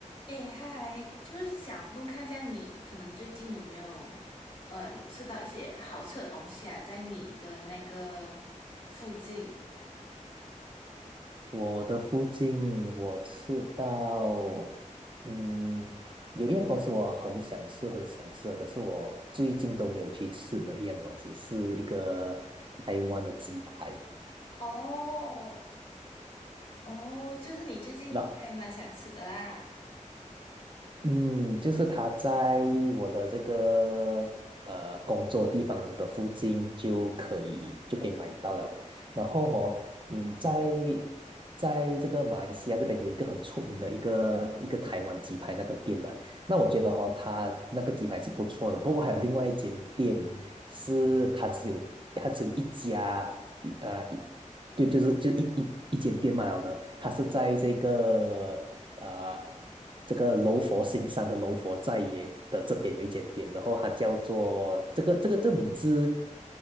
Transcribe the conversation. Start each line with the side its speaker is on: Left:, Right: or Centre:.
Left: 哎，嗨，就是想问看一下你，可能最近有没有，嗯，吃到一些好吃的东西啊，在你的那个附近？
Right: 我的附近我吃到，嗯，有一样东西我很想吃，很想吃，可是我最近都没有去吃的一样东西，是一个台湾的鸡排。
Left: 哦，哦，就是你最近还蛮想吃的啦。
Right: 那嗯，就是他在我的这个呃工作地方的附近就可以就可以买到了。然后哦，嗯，在在这个马来西亚这边有一个很出名的一个一个台湾鸡排那个店嘛，那我觉得哦，它那个鸡排是不错的。不过还有另外一间店是它只有它只有一家一呃一就就是就一一一间店卖了的，它是在这个呃这个柔佛新山的柔佛寨耶的这边有一间店，然后它叫做这个这个这个名字，